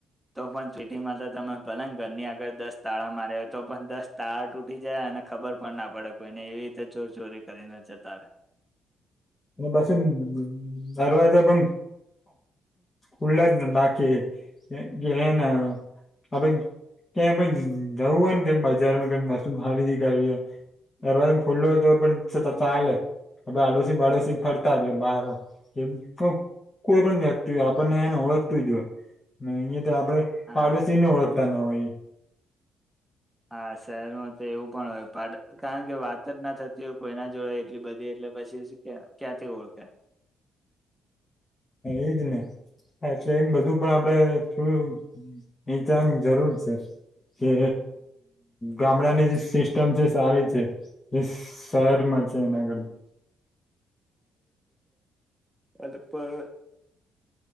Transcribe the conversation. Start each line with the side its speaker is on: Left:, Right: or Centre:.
Centre: તો પણ સિટીમાં તો તમે ભલે ને ઘરની આગર દસ તાળા માર્યા હોય તો પણ દસ તાર તૂટી જાય અને ખબર પણ ના પડે કોઈને એવી રીતે ચોરચોરી કરીને છે તારે
Left: અને બસે દરવાજા પણ ખુલ્લા જ નાખીએ કે હેં ન આપ ક્યા પણ જવું હોય ને કેમ બજારમાં કે વસ્તુ ખરીદી કરવી હો દરવાજો ખુલ્લો હોય તો પણ ચાલે આડોશી બાડોશી ફરતા જ બાર એ કોઈ પણ જખતું હો આપણને એને ઓળખતું જો હોય અહં તો આપડણે
Centre: હા
Left: પાડોશીને ઓળખતા ના હોઈ
Centre: હા શહેરમાં તો એવું પણ હોય કારણ કે વાત જ ના થતી હોય કોઈના જોડે એટલી બધી એટલે પછી ક્યાંથી ઓળખે
Left: એજ ને એટલે એમ બધું પણ આપડે થડું નીચાંગ જરૂર છે કે ગામડાની જે સિસ્ટમ છે સારી છે એ શહેરમાં છે એના કરતાં
Centre: અદ પર